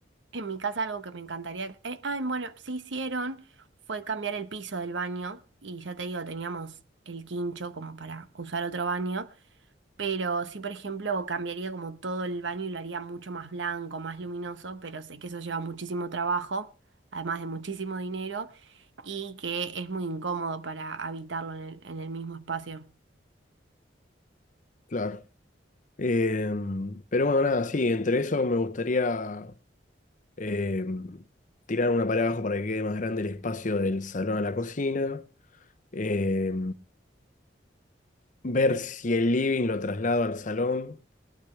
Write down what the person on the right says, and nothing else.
en mi casa algo que me encantaría... eh, ah, bueno, sí hicieron fue cambiar el piso del baño y ya te digo, teníamos el quincho como para usar otro baño, pero sí, por ejemplo, cambiaría como todo el baño y lo haría mucho más blanco, más luminoso, pero sé que eso lleva muchísimo trabajo, además de muchísimo dinero y que es muy incómodo para habitarlo en el, en el mismo espacio.